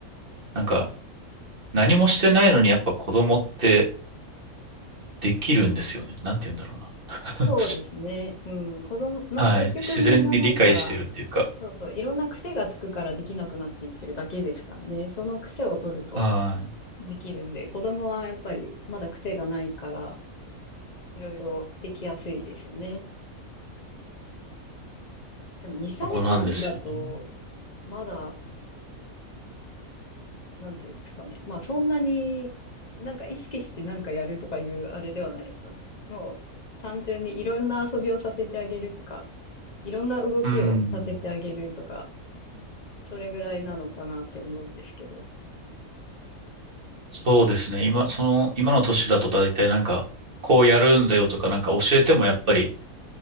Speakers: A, on the right; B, on the left.
A: なんか、何もしてないのにやっぱ子供ってできるんですよね。なんて言うんだろうな。<laughs>
B: そうですね。うん、子供、まあ結局みんななんか、
A: はい。自然に理解してるっていうか。
B: そうそう、いろんな癖がつくからできなくなっていってるだけですからね。その癖を取ると、
A: はい。
B: できるんで、子供はやっぱりまだ癖がないから、いろいろできやすいですよね。でも2歳半だと、
A: そこなんですよね。
B: まだ、なんていうんですかね。まあそんなに、なんか意識してなんかやるとかいうあれではないですよね。もう単純にいろんな遊びをさせてあげるとか、いろんな動きをさせてあげるとか、
A: うん。
B: それぐらいなのかなって思うんですけど。
A: そうですね。今、その、今の年だと大体なんか、こうやるんだよとかなんか教えてもやっぱり